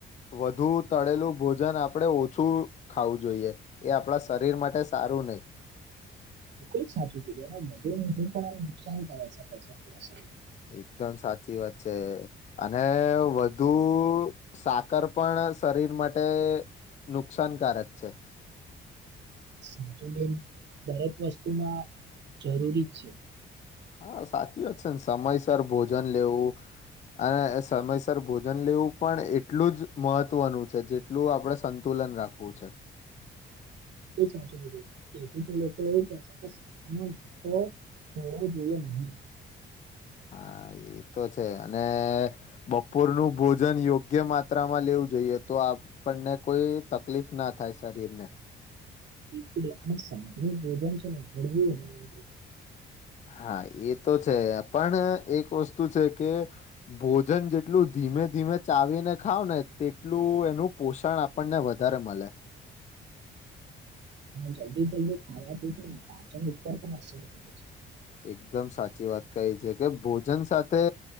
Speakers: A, on the left (about 35°); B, on the right (about 60°).
A: વધુ તળેલું ભોજન આપડે ઓ શું ખાવું જોઈએ એ આપણા શરીર માટે સારું નય
B: બિલકુલ સાચું કીધું અને વધું મીઠું પણ નુકસાન કરે છે, કે છે, આપરી
A: એકદમ સાચી વાત છે અને વધુ સાકર પણ શરીર માટે નુકસાનકારક છે
B: સંતુલન દરેક વસ્તુમાં જરૂરી છે.
A: હા સાચી વાત છે, ને સમયસર ભોજન લેવું અને સમયસર ભોજન લેવું પણ એટલું જ મહત્વનું છે જેટલું આપડે સંતુ લન રાખવું છે.
B: <inaudible> તેથી તો લોકો એવું કે છે કે <inaudible> જોવો જોઈએ નહી.
A: હા, એ તો છે અને બપોર નું ભોજન યોગ્ય માત્રામાં લેવું જઈએ તો આપણને કોઈ તકલીફ ના થાય શરીર ને.
B: બિલકુલ અને સાજનું ભોજન છે ને હળવું હોવું જોઈએ.
A: હા, એ તો છે પણ એક વસ્તુ છે કે ભોજન જેટલું ધીમે ધીમે ચાવીને ખાવ ને તેટલું એનું પોષણ આપણને વધારે મળે.
B: <inaudible> જલ્દી જલ્દી ખાવા થી છેન પાચળ ઉપર પણ અસર પડે છે.
A: એકદમ સાચી વાત કહી છે કે ભોજન સાથે